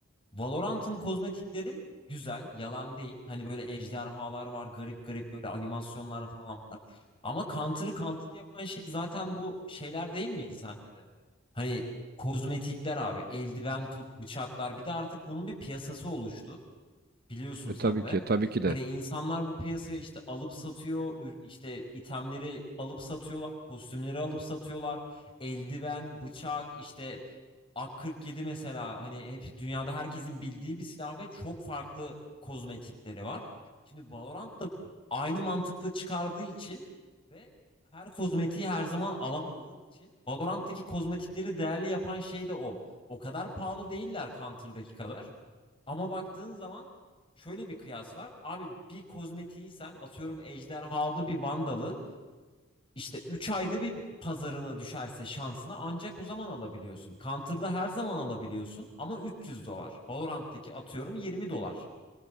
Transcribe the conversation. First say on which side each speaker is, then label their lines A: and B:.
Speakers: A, on the left (about 25°); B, on the right (about 45°).
A: Valorant'ın kozmetikleri güzel, yalan değil. Hani böyle ejderhalar var, garip garip böyle animasyonlar falan var. Ama Counter'ı Counter yapan şey zaten bu şeyler değil miydi sence de? Hani kozmetikler abi, eldiven tut, bıçaklar. Bir de artık bunun bir piyasası oluştu. Biliyorsun
B: E
A: sen
B: tabii
A: de.
B: ki, tabii ki
A: Hani
B: de.
A: insanlar bu piyasaya işte alıp satıyor, ür- işte itemleri alıp satıyorlar, kostümleri alıp satıyorlar. Eldiven, bıçak, işte AK-47 mesela hani hep dünyada herkesin bildiği bir silah ve çok farklı kozmetikleri var. Şimdi Valorant da aynı mantıklı çıkardığı için ve her kozmetiği her zaman alamadığın için Valorant'taki kozmetikleri değerli yapan şey de o. O kadar pahalı değiller Counter'daki kadar. Ama baktığın zaman şöyle bir kıyas var. Abi bir kozmetiği sen atıyorum ejderhalı bir vandalı işte 3 ayda bir pazarına düşerse şansına ancak o zaman alabiliyorsun. Counter'da her zaman alabiliyorsun ama 300 dolar. Valorant'taki atıyorum 20 dolar.